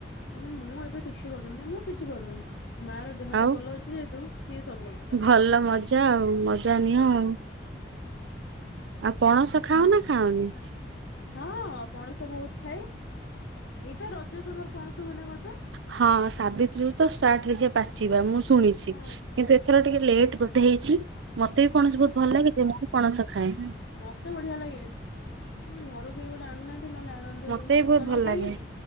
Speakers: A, on the left (about 75°); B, on the right (about 75°).
A: ନା ମୁଁ ଏବେ କିଛି କରୁନି ମୁଁ କିଛି କରୁନି ମା ର ଦେହ
B: ଆଉ
A: ଟା ଭଲ ଅଛି ଯେହେତୁ ସିଏ ସବୁ କାମ ତାର
B: ଭଲ ମଜା ଆଉ ମଜା ନିଅ
A: ହଁ
B: ଆଉ। ଆଉ ପଣସ ଖାଅ
A: ମ
B: ନା ଖାଅନି?
A: ହଁ ପଣସ ବହୁତ ଖାଏ ଏଇ ପା ରଜ ସମୟରେ ପଣସ ହୁଏନା କଣ ପା?
B: ହଁ ସାବିତ୍ରୀରୁ ତ ଷ୍ଟାର୍ଟ ହେଇଯାଏ ପାଚିବା ମୁଁ ଶୁଣିଛି
A: ହଁ
B: କିନ୍ତୁ ଏଥର ଟିକେ ଲେଟ ବ ବଧେ ହେଇଛି ମତେ ବି ପଣସ
A: ହୁଁ
B: ବହୁତ ଭଲ
A: ହୁଁ
B: ଲାଗେ ଯେ ମୁଁ ବି ପଣସ ଖାଏ
A: ମତେ ବଢିଆ ଲାଗେଁ ଉଁ ଘରୁ କେହି ଗୋଟେ ଆଣୁନାହାନ୍ତି ନହେଲେ ଆଣନ୍ତି
B: ମତେ
A: <unintelligible> ଖା
B: ବି ବହୁତ
A: ତମର
B: ଭଲ
A: ଖାଇଲେଣି।
B: ଲାଗେ